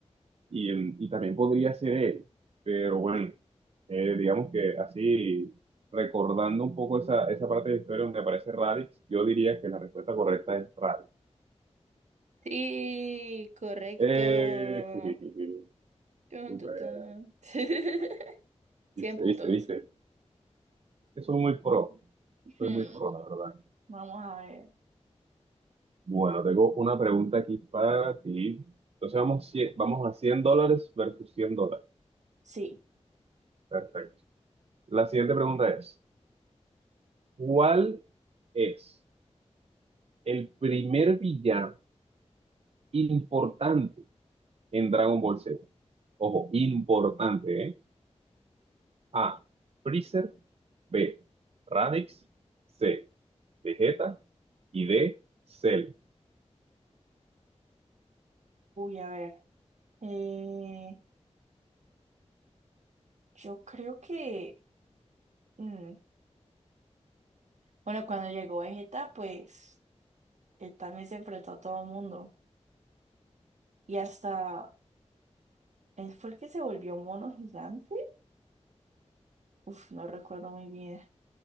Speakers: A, on the right; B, on the right.
A: y, em, y también podría ser él. Pero bueno, eh, digamos que así recordando un poco esa, esa parte de la historia donde aparece Raditz, yo diría que la respuesta correcta es Raditz.
B: Sí, correcto.
A: Eh, <laughs>
B: Tun,
A: super,
B: tun, tun. <laughs> 100
A: viste,
B: puntos.
A: viste, viste. Eso es muy pro, soy
B: Hmm,
A: muy pro, la verdad.
B: vamos a ver.
A: Bueno, tengo una pregunta aquí para ti. Entonces vamos, cie- vamos a cien dólares versus 100 dólares.
B: Sí.
A: Perfecto. La siguiente pregunta es, ¿cuál es el primer villano importante en Dragon Ball Z? Ojo, importante, ¿eh? A, Freezer, B, Radix, C, Vegeta y D, Cell.
B: Uy, a ver. Eh, yo creo que. mm, Bueno, cuando llegó Vegeta, pues él también se enfrentó a todo el mundo. Y hasta. Él fue el que se volvió mono gigante. Uf, no recuerdo muy bien.